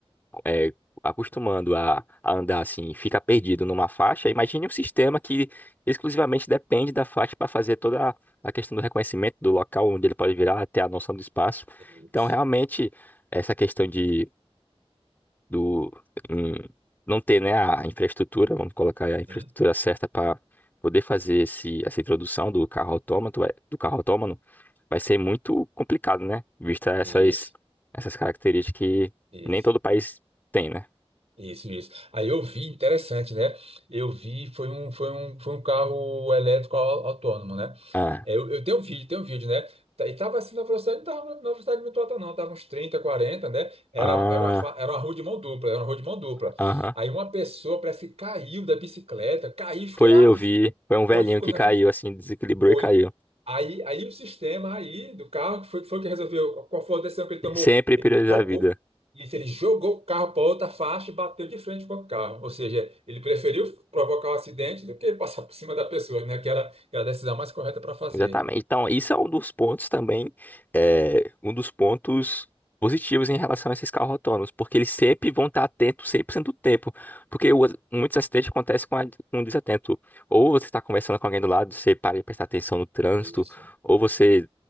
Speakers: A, on the left; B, on the right.
A: é, acostumando a, a andar assim, fica perdido numa faixa, imagine um sistema que exclusivamente depende da faixa para fazer toda a questão do reconhecimento do local onde ele pode virar, até a noção do espaço.
B: isso,
A: Então, realmente, essa questão de do hum, não ter, né, a infraestrutura, vamos colocar aí a infraestrutura
B: hum,
A: certa para poder fazer esse, essa introdução do carro autômato, vai- do carro autônomo, vai ser muito complicado, né? Vista essas
B: isso,
A: essas características que
B: isso,
A: nem todo país tem, né?
B: isso, isso. Aí eu vi, interessante, né? Eu vi, foi um, foi um, foi um carro elétrico au- autônomo, né?
A: Ah,
B: É, eu, eu tenho um vídeo, tem um vídeo, né? Tá- E tava assim na velocidade, não tava na velocidade muito alta, não. Tava uns 30, 40, né? Era,
A: ah,
B: era, uma, fa- era uma rua de mão dupla, era uma rua de mão dupla.
A: aham.
B: Aí uma pessoa parece que caiu da bicicleta, caiu, ficou
A: Foi
B: na,
A: eu vi,
B: ficou,
A: foi um velhinho
B: foi, ficou
A: que
B: na
A: caiu
B: frente.
A: assim, desequilibrou
B: Foi.
A: e caiu.
B: Aí, aí o sistema aí do carro que foi, foi que resolveu. Qual foi a decisão que ele tomou?
A: Sempre
B: Ele
A: priorizar
B: jogou.
A: a vida.
B: Isso, ele jogou o carro para outra faixa e bateu de frente com o carro. Ou seja, ele preferiu provocar o acidente do que passar por cima da pessoa, né? Que era, que era a decisão mais correta para fazer.
A: Exatamente. Então, isso é um dos pontos também, é, um dos pontos positivos em relação a esses carros autônomos, porque eles sempre vão estar atentos 100% do tempo, porque o- muitos acidentes acontecem com, a, com um desatento. Ou você está conversando com alguém do lado, você para de prestar atenção no trânsito,
B: Isso,
A: ou você